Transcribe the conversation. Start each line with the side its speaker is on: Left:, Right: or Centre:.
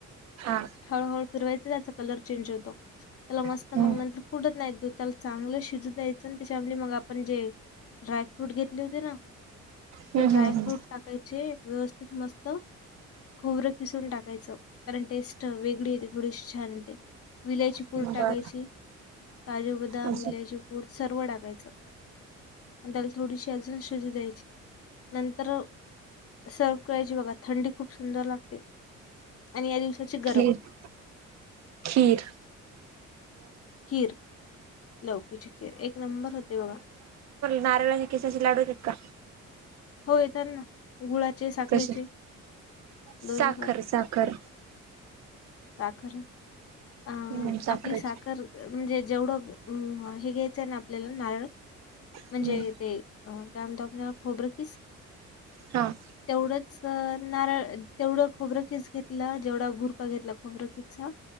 Right: हा
Left: हळूहळू फिरवायच त्याचा कलर चेंज होतो. त्याला मस्त
Right: हम्म
Left: मग नंतर पुडत नाही देऊ त्याला चांगलं शिजू दयायचं त्याच्याम मग आपण जे ड्रायफ्रूट घेतले होते ना.
Right: हम्म
Left: ते ड्रायफ्रूट
Right: हम्म
Left: टाकायचे व्यवस्थित मस्त खोबरं खिसून टाकायचं कारण टेस्ट. वेगळी येते थोडीशी छान येते विलायची
Right: हम्म
Left: पूर टाकायची
Right: बरं
Left: काजू. बदाम
Right: अजून
Left: इलायचीीपूर सर्व टाकायचं. आणि त्याला थोडीशी अजून शुजी द्यायची नंतर. सर्व करायची बघा थंडी खूप सुंदर लागते आणि या दिवशी. त्याचे गरम
Right: खीर खीर
Left: खीर. लवकीच केअर एक नंबर होते बघा.
Right: नारळा च लाडू चका.
Left: हो येत ना गुळाचे साखरेचे
Right: कसे साखर
Left: दोन्ही पण.
Right: साखर.
Left: साखर अं
Right: हम्म साखरेची
Left: आपली साखर. म्हणजे जेवढं हे घ्यायचंय ना आपल्याला नारळ
Right: हम्म
Left: म्हणजे ते. अ त्या म त आपनला खबरखीस.
Right: हां.
Left: तेवढंच नारळ तेवढं खोबरखीच घेतलं जेवढा घुरखा घेतला खोबरखीचा.